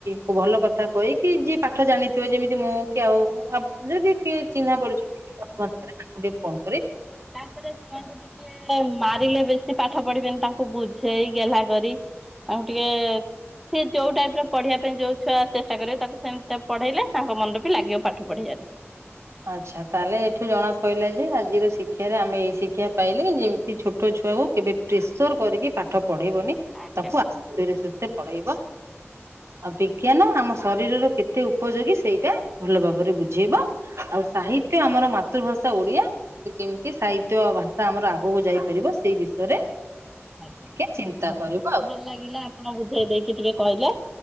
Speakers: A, on the right; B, in the centre.
A: କ ଭଲ କଥା କହିକି ଯିଏ ପାଠ ଜାଣିଥିବ ଯେମିତି ମୁଁ କି ଆଉ ଯଦି କିଏ ଚିହ୍ନା ପରିଚରେ <unintelligible> ଗୋଟେ ଫୋନ୍
B: ତାପରେ ଛୁଆଙ୍କୁ ଟିକେ ମାରିଲେ ବେଶୀ ପାଠ ପଢିବେନି। ତାଙ୍କୁ ବୁଝେଇ ଗେହ୍ଲା କରି ତାଙ୍କୁ ଟିକେ ସିଏ ଯୋଉ ଟାଇପ ର ପଢିବା ପାଇଁ ଯୋଉ ଛୁଆ ଚେଷ୍ଟା କରିବେ ତାକୁ ସେମିତି ପଢେଇଲେ ତାଙ୍କ ମନ ବି ଲାଗିବ ପାଠ ପଢିବାରେ।
A: ଆଚ୍ଛା, ତାହେଲେ ଏଠୁ ଜଣା ପଡିଲା ଯେ ଆଜିର ଶିକ୍ଷାରେ ଆମେ ଏଇ ଶିକ୍ଷା ପାଇଲେ ଯେମିତି ଛୋଟ ଛୁଆକୁ କେବେ ପ୍ରେସର କରିକି ପାଠ ପଢେଇବନି।
B: ଆଜ୍ଞା।
A: ତାକୁ ଆଦର ସହିତ ପଢେଇବ। ଆଉ ବିଜ୍ଞାନ ଆମ ଶରୀରର କେତେ ଉପଯୋଗୀ ସେଇଟା ଭଲ ଭାବରେ ବୁ ବୁଝେଇବ ଆଉ ସାହିତ୍ୟ ଆମର ମାତୃଭାଷା ଓଡିଆ ସେ କେମିତି ସାହିତ୍ୟ ଭାଷା ଆମର ଆଗକୁ ଯାଇପାରିବ ସେଇ ବିଷୟରେ
B: ଆଜ୍ଞା
A: ଟିକେ ଚିନ୍ତା
B: ଆଜ୍ଞା।
A: କରିବ ଆଉ।
B: ଭଲ ଲାଗିଲା ଆପଣ ବୁଝେଇ ଦେଇକି ଟିକେ କହିଲେ।